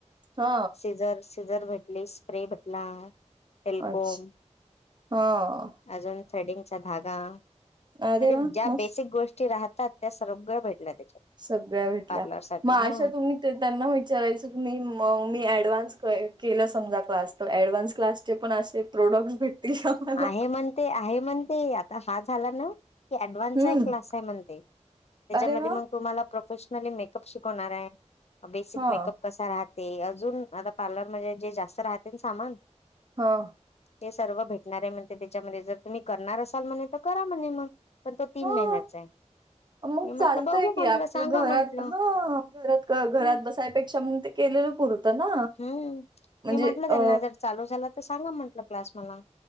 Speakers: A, on the right; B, on the left.
A: हा
B: सिझर सिझर भेटली, स्प्रे भेटला. टेलकोम
A: अच्छा हा.
B: अजून थ्रेडिंगचा धागा,
A: अरे
B: म्हणजे
A: वा
B: ज्या
A: मस्त
B: बेसिक गोष् ते राहतात त्या सर्व भेटल्या त्याच्यात.
A: सगळ्या भेटल्या
B: पार्लर साठी
A: मग अशा
B: हा
A: तुम्ही ते त्यांना विचारायचं की मी मग मी ॲडव्हान्स काय केलं समजा क्लास, तर ॲडव्हान्स क्लासचे पण असे प्रोडक्ट्स भेटतील का? मला?
B: आहे म्हणते, आहे म्हणते आता हा झाला ना हे ऍडव्हान्सचा
A: हम्म
B: क्लास आहे म्हणते त्याच्यामध्ये
A: अरे वा
B: मग तुम्हाला प्रोफेशनली मेकअप शिकवणार आहे बेसिक
A: हा
B: मेकअप कसा राहते अजून आता पार्लर मध्ये जे जास्त राहतील सामान
A: ह
B: ते सर्व भेटणारे म्हणते त्याच्यामध्ये जर तुम्ही करणार असेल म्हणे तर करा म्हणे मग पण तो तीन
A: हा
B: महिन्याचा आहे
A: मग
B: मी म्हटलं
A: चालतय
B: बघू
A: की
B: म्हंटलं
A: आपल्या
B: सांगा
A: घरात
B: म्हंटलं
A: हा घरात का घरात
B: हम्
A: बसायपेक्षा म्हणून ते केलेलं पुरतं ना
B: हम्म
A: म्हणजे
B: मी म्हटलं
A: अ
B: त्यांना जर चालू झाला तर सांगा म्हटलं क्लास मला